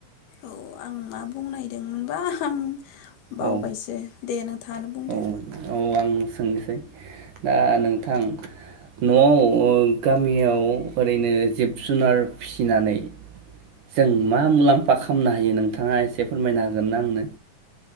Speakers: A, on the left (about 75°); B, on the right (about 60°).
A: औ आं मा बुंनायदोंमोनबा हां बावबायसो
B: औ
A: दे नोंथाङानो बुंदो।
B: औ औ आं सोंनोसै दा नोंथां न'आव गामियाव ओरैनो जिब जुनार फिसिनानै जों मा मुलाम्फा खालामनो हायो नोंथाङा एसे फोरमायना हागोनना आंनो?